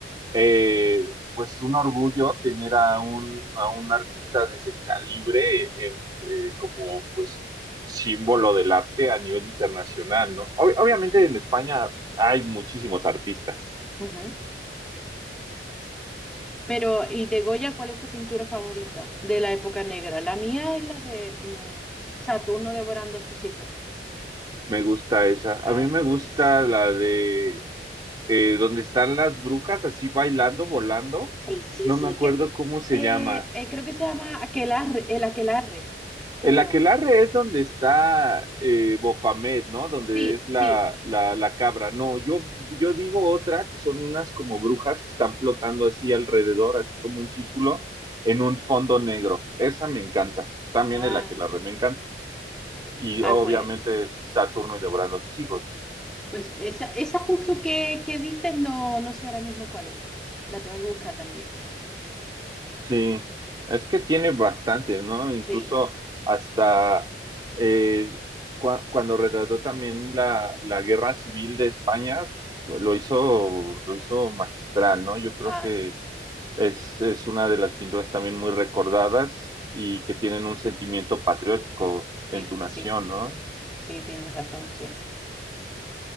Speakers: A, on the right (about 25°); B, in the centre.
A: eh, pues un orgullo tener a un, a un artista de ese calibre en, eh, como pues un símbolo del arte a nivel internacional,
B: Mm,
A: ¿no? Ob- obviamente
B: ujú,
A: en España hay muchísimos artistas.
B: ujú. Pero, ¿y de Goya cuál es tu pintura favorita de la época negra? La mía es la de mm, Saturno devorando a sus hijos.
A: Me gusta esa.
B: Ah,
A: A mí
B: esa
A: me
B: es
A: gusta
B: buenísima.
A: la de eh, donde están las brujas así bailando, volando.
B: Sí, sí,
A: No
B: sí,
A: me acuerdo
B: que
A: cómo se
B: eh,
A: llama.
B: eh, creo que se llama aquelarre, el aquelarre, creo.
A: El aquelarre es donde está eh, Bofamet, ¿no? Donde
B: Sí,
A: es la,
B: sí.
A: la, la cabra. No, yo, yo digo otra que son unas como brujas que están flotando así alrededor, así como un círculo, en un fondo negro. Esa me encanta. También
B: Ah,
A: el aquelarre me encanta. Y
B: ah,
A: obviamente
B: pues,
A: Saturno y devorando a sus hijos.
B: pues esa, esa justo que, que dices, no, no sé ahora mismo cuál es. La tengo que buscar también.
A: Sí, es que tiene bastantes, ¿no? Incluso
B: Sí,
A: hasta eh, cua- cuando retrató también la, la guerra civil de España, pues, lo hizo, lo hizo magistral, ¿no? Yo creo
B: ah,
A: que
B: sí,
A: es, es una de las pinturas también muy recordadas y que tienen un sentimiento patriótico
B: sí,
A: en tu nación,
B: sí,
A: ¿no?
B: sí, tienes razón, sí.